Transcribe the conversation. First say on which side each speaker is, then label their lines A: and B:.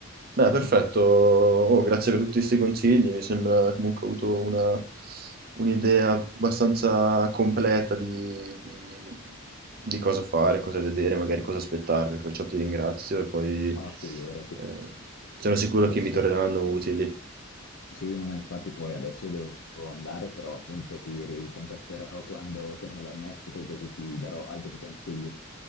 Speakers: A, on the right; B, on the left.
A: Beh, perfetto.
B: <laughs>
A: Oh, grazie per tutti questi consigli. Mi sembra comunque ho avuto una- un'idea abbastanza completa di, di- di cosa fare, cosa vedere, magari cosa aspettarmi. Perciò ti ringrazio e poi
B: No, figurati.
A: eh, sono sicuro
B: Adesso
A: che mi torneranno utili.
B: Sì, no, ma infatti poi adesso devo andare, però appunto ti ricontatterò quando torno dal Messico, così ti darò altri consigli.